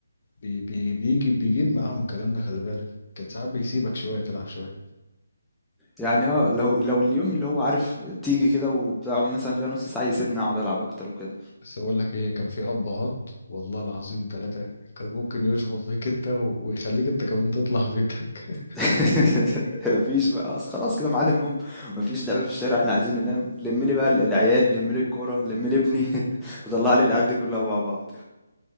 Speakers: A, on the left; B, in the centre.
A: بي بي بيجي بيجيب معاهم الكلام ده خلي بالك كان ساعات بيسيبك شوية تلعب شوية
B: يعني اه لو لو اليوم اللي هو عارف تيجي كده وبتاع مثلا فيها نص ساعه يسيبني اقعد العب اكتر وكده
A: بس بقول لك ايه كان في ابهات والله العظيم ثلاثة كان ممكن يشخط فيك انت و- ويخليك انت كمان تطلع بيتك
B: <laughs> مفيش بقى أصل خلاص كده ميعاد النوم مفيش لعبه في الشارع احنا عايزين ننام لم لي بقى العيال لم لي الكوره لم لي ابني <laughs> طلع لي العيال دي كلها مع بعض